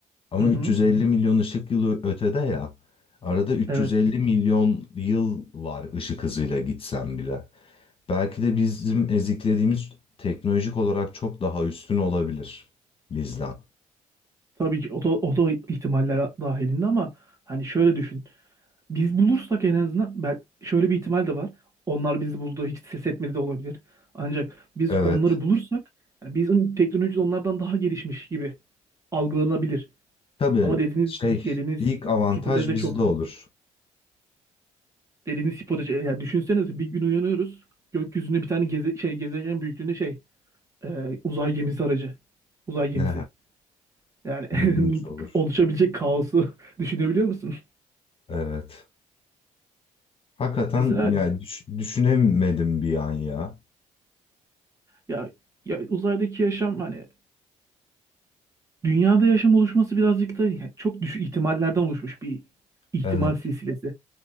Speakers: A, on the left; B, on the right.
A: Ama
B: Hı hı.
A: 350 milyon ışık yılı ötede ya. Arada 350
B: Evet.
A: milyon yıl var ışık hızıyla gitsen bile. Belki de bizim eziklediğimiz teknolojik olarak çok daha üstün olabilir bizden.
B: Tabii ki o da, o da ihtimaller dahilinde ama hani şöyle düşün. Biz bulursak en azından ben şöyle bir ihtimal de var. Onlar bizi buldu, hiç ses etmedi de olabilir. Ancak biz
A: Evet.
B: onları bulursak yani bizim teknolojimiz onlardan daha gelişmiş gibi algılanabilir.
A: Tabii
B: Ama dediğiniz
A: şey
B: dediğiniz
A: ilk avantaj
B: hipotez de
A: bizde
B: çok
A: olur. <laughs>
B: dediğiniz hipotez yani düşünsenize bir gün uyanıyoruz. Gökyüzünde bir tane geze, şey gezegen büyüklüğünde şey e, uzay gemisi aracı. Uzay gemisi.
A: Ne
B: Yani
A: ilginç olur.
B: <laughs> oluşabilecek kaosu <laughs> düşünebiliyor musun?
A: Evet. Hakikaten
B: Mesela
A: yani düş- düşünemedim bir an ya.
B: ya, ya uzaydaki yaşam hani Dünyada yaşam oluşması birazcık da yani çok düşük ihtimallerden oluşmuş bir ihtimal
A: Evet.
B: silsilesi.